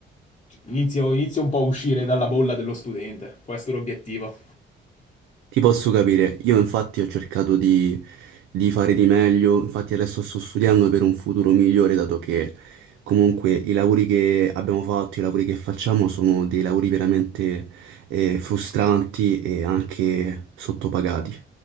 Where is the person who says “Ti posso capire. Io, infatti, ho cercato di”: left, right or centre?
Right